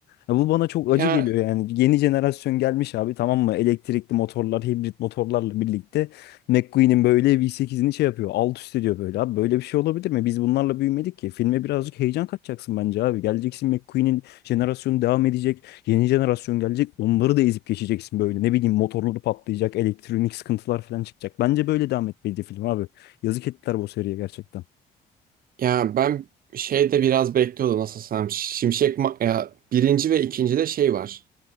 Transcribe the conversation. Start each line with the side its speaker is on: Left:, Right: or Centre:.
Left: Ya bu bana çok
Right: Ya
Left: acı geliyor yani. Yeni jenerasyon gelmiş abi tamam mı? Elektrikli motorlar, hibrit motorlarla birlikte McQueen'in böyle V8'ini şey yapıyor. Alt üst ediyor böyle. Abi böyle bir şey olabilir mi? Biz bunlarla büyümedik ki. Filme birazcık heyecan katacaksın bence abi. Geleceksin McQueen'in jenerasyonu devam edecek. Yeni jenerasyon gelecek. Onları da ezip geçeceksin böyle. Ne bileyim motorları patlayacak. Elektronik sıkıntılar falan çıkacak. Bence böyle devam etmeliydi film abi. Yazık ettiler bu seriye gerçekten.
Right: ya ben şeyde biraz bekliyordum nasıl desem. Şimşek Ma- ya birinci ve ikincide şey var.